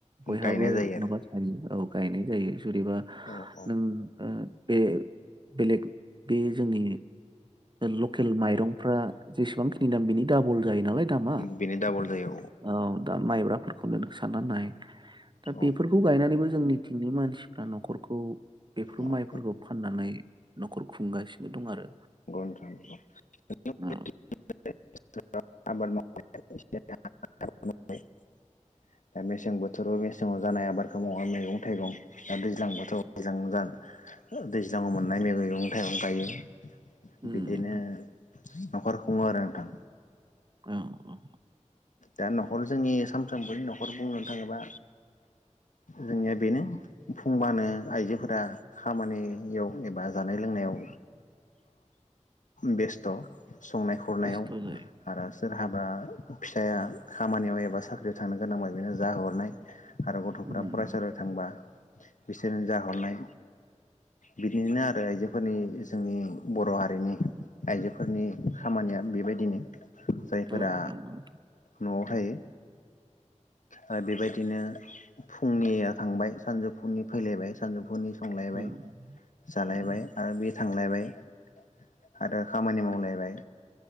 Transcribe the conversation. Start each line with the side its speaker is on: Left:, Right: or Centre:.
Right: बयहाबो
Left: गायनाय जायो आरो
Right: माबा थायो औ गायनाय जायो। जेनेबा
Left: औ औ
Right: नों ओ बे बेलेग बे जोंनि लकेल माइरंफ्रा जेसेबांखिनि दाम बेनि दाबल जायो नालाय दामा
Left: बेनो डाबल जायो
Right: औ दा माइब्राफोर अब्ला नों साननानै नाय दा
Left: औ
Right: बेफोरखौ गायनानैबो जोंनि थिंनि मानसिफ्रा न'खरखौ बेफोर
Left: औ
Right: माइफोरखौ फाननानै न'खरखौ खुंगासिनो दं आरो।
Left: <inaudible>
Right: औ
Left: आबाद मावनाय <inaudible> दा मेसें बोथोराव मेसेंङाव जानाय आबादखौ मावा मैगं थाइगं दा दैज्लां बोथोराव दैज्लां दैज्लाङाव मोननाय मैगं थाइगं गायो।
Right: उम
Left: बिदिनो।
Right: नोंथां
Left: नखर खुङो आरो नोंथां।
Right: औ औ
Left: दा नखर जोंनि। सानफ्रामबोनि नखर बुंनो थाङोबा जोंनिया बेनो फुंबानो आइजोफोरा खामानियाव एबा जानाय लोंनायाव। बेस्थ संनाय खुरनायाव
Right: बेस्थ' जायो
Left: आरो सोर हाबा फिसाया खामानियाव एबा साख्रियाव थांनो गोनांबा बेनो जाहरनाय आरो गथ'फ्रा
Right: उम
Left: फरायसालियाव थांबा बिसोरनो जाहरनाय बिदिनो आरो आइजोफोरनि जोंनि बर' हारिनि आइजोफोरनि खामानिया बेबायदिनो जायफोरा
Right: औ नंगौ नोंथां
Left: न'आव थायो ओ बेबायदि दिनो फुंनिया थांबाय सानजौफुनि फैलायबाय सानजौफुनि संलायबाय
Right: उम
Left: जालायबाय
Right: उम
Left: आरो बे थांलायबाय आरो खामानि मावलायबाय